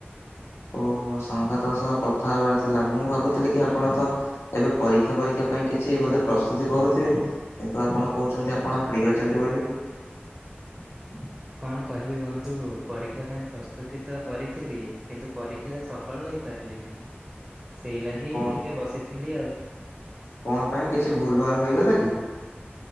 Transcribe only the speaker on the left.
ଓହୋ!। ଓ ସଙ୍ଗାତ ସହ କଥା ହେବାର ଥିଲା, ମୁଁ ଭାବୁଥିଲି କି ଆପଣ ତ ଏବେ ପରୀକ୍ଷା ପରୀକ୍ଷା ପାଇଁ କିଛି ବୋଧେ ପ୍ରସ୍ତୁତି କରୁଥିବେ। କିନ୍ତୁ, ଆପଣ କହୁଛନ୍ତି, ଆପଣ ଫ୍ରି ଅଛନ୍ତି ବୋଲି। <inaudible>
କଣ
କଣ ପାଇଁ କିଛି ଭୁଲ ଭାଲ୍ ହୋଇଗଲା କି?